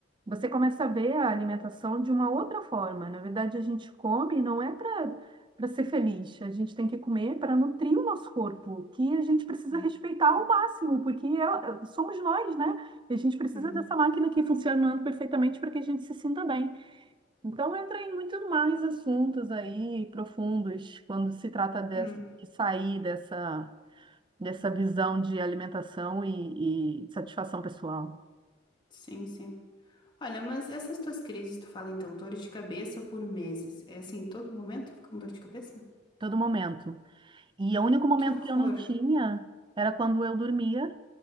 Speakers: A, on the right; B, on the left.
A: Você começa a ver a alimentação de uma outra forma. Na verdade, a gente come não é para para ser feliz. A gente tem que comer para nutrir o nosso corpo, que a gente precisa
B: sim.
A: respeitar ao máximo, porque é- é, somos nós, né? E a gente precisa
B: Uhum,
A: dessa máquina aqui funcionando perfeitamente para que a gente se sinta bem. Então, entra em muito mais assuntos aí profundos quando se trata de,
B: hum,
A: de sair dessa, dessa visão de alimentação e e satisfação pessoal.
B: sim, sim. Olha, mas essas tuas crises, tu fala então, dor de cabeça por meses. É assim, todo momento tu fica com dor de cabeça?
A: Todo momento. E o único momento
B: Que horror.
A: que eu não tinha era quando eu dormia,